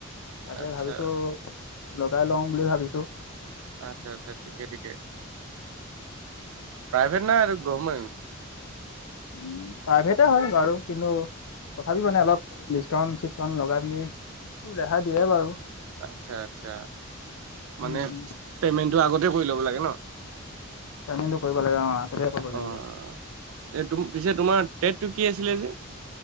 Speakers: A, on the left; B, on the right.
A: তাকে
B: আচ্ছা
A: ভাৱিছোঁ, লগাই লওঁ বুলি ভাৱিছোঁ।
B: আচ্ছা, আচ্ছা ঠিকে, ঠিকে। প্ৰাইভেট না গভমেণ্ট?
A: ওঁ, প্ৰাইভেটেই হ'য় বাৰু কিন্তু তথাপি মানে, অলপ ডিচ্‌কাউণ্ট -চিচ্‌কাউণ্ট লগাইপিনি ৰেহাই দিয়ে বাৰু।
B: আচ্ছা, আচ্ছা মানে,
A: উম, উম,
B: পেমেণ্টটো আগতে কৰি ল'ব লাগে ন'?
A: পে'মেণ্টটো কৰিব লাগে অ' আগতীয়াকৈ কৰিব লাগিব।
B: অঁ, এই তুম পিছে তোমাৰ ট্ৰেডটো কি আছিলে যে?